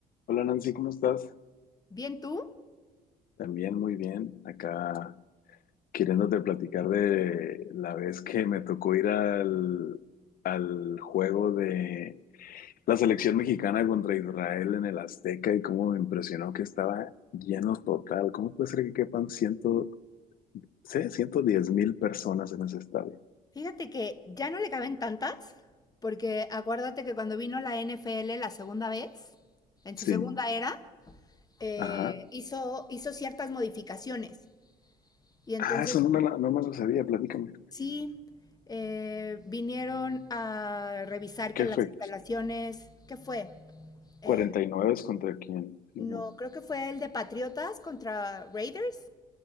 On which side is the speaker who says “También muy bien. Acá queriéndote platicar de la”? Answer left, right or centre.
Left